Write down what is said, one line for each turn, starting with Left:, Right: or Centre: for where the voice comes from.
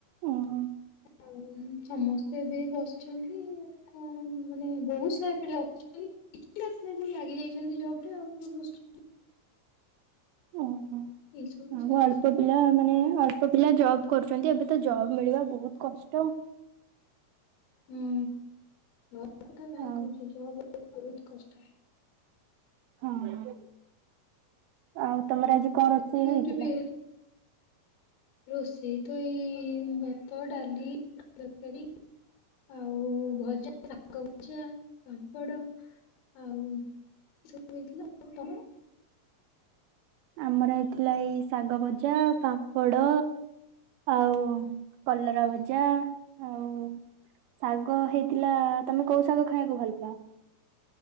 Right: ଓହୋ
Left: ଆଉ ସମସ୍ତେ ଏବେ ବସିଛନ୍ତି। କଣ, ମାନେ ବହୁତ ସାରା ପିଲା ଅଛନ୍ତି, କିଛିଟା ପିଲା ଯୋଉ ଲାଗି ଯାଇଛନ୍ତି ଜବ ରେ ଆଉ।
Right: ଓହୋ
Left: ଏଇ ସବୁ
Right: ଆଉ
Left: ଚାଲିଛି
Right: ଅଳ୍ପ ଦିନି। ପ ମାନେ ଅଳ୍ପ ପିଲା ଜବ୍ କରୁଛନ୍ତି। ଏବେ ତ ଜବ୍ ମିଳିବା ବହୁତ କଷ୍ଟ।
Left: ହୁଁ ଜବ଼ କଥା କାହିଁ
Right: ଆଉ
Left: କହୁଛ ଜବ୍ ବହୁତ କଷ୍ଟ
Right: ହଁ, ଆଉ ତମର ଆଜି କଣ ରୋଷେଇ
Left: ଯୋଉଠି
Right: ହେଇଥିଲା?
Left: ବି ରୋଷେଇ ତ ଏଇ ଭାତ, ଡାଲି, ତରକାରୀ। ଆଉ ଭଜା, ଶାଗଭଜା, ପାମ୍ପଡ଼। ଆଉ ସବୁ ହେଇଥିଲା। ଆଉ ତମର।
Right: ଆମର ହେଇଥିଲା ଏଇ ଶାଗଭଜା, ପାମ୍ପଡ। ଆଉ କଲରା ଭଜା ଆଉ। ଶାଗ ହେଇଥିଲା, ତମେ କୋଉ ଶାଗ ଖାଇବାକୁ ଭଲ ପାଅ?